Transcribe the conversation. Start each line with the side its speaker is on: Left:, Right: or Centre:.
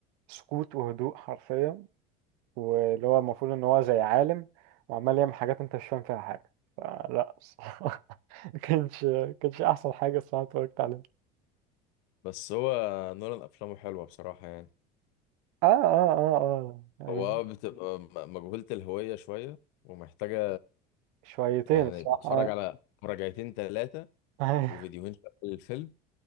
Right: سكوت وهدوء حرفيا واللي هو المفروض ان هو زي عالم وعمال يعمل حاجات انت مش فاهم فيها حاجة فلا الصراحة <laughs> ما كانش ما كانش احسن حاجة الصراحة اتفرجت عليها
Left: بس هو نولان أفلامه حلوة بصراحة يعني
Right: اه اه اه اه يعني
Left: هو آه بتبقى م- مجهولة الهوية شوية ومحتاجة
Right: شويتين
Left: يعني
Right: الصراحة
Left: تتفرج على مراجعتين تلاتة
Right: اه
Left: وفيديوهين
Right: <laughs>
Left: في أول الفيلم